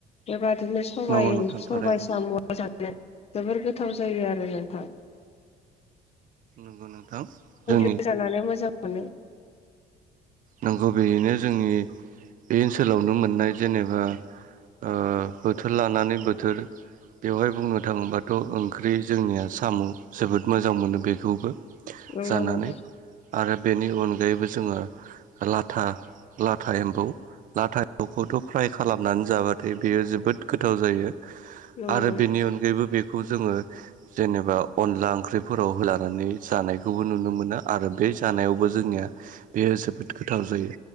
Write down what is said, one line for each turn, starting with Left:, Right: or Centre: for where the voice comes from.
Left: बेबा बिदिनो सबाय
Right: नंगौ
Left: ओं
Right: नोंथां
Left: सबाय
Right: थारैनो
Left: साम' जा जोबोर गोथाव जायो आरो नोंथां
Right: नंगौ नोंथां जोंनि
Left: खौ जानानै मोजां मोनो
Right: नंगौ बेयैनो जोंनि बे ओनसोलावनो मोननाय जेनेबा ओ बोथोर लानानै बोथोर बेवहाय बुंनो थाङोबाथ' ओंख्रि जोंनिया साम' जोबोद मोजां मोनो बेखौबो
Left: नंगौ
Right: जानानै
Left: नोंथां
Right: आरो बेनि अनगायैबो जोङो लाथा लाथा एम्फौ लाथावखौथ' फ्राय खालामनानै जाबाथाय बेयो जोबोद गोथाव जायो
Left: नंगौ
Right: आरो बेनि अनगायैबो बे जोङो जेनेबा अनला ओंख्रिफोराव होलानानै जानायखौबो नुनो मोनो आरो बे जानायावबो जोंनिया बेयो जोबोद गोथाव जायो